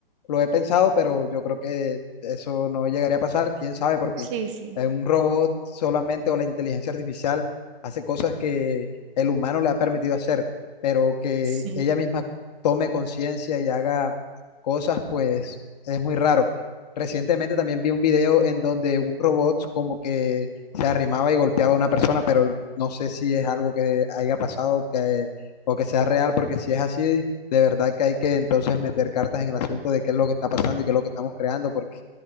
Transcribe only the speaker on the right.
Sí, sí.
Sí,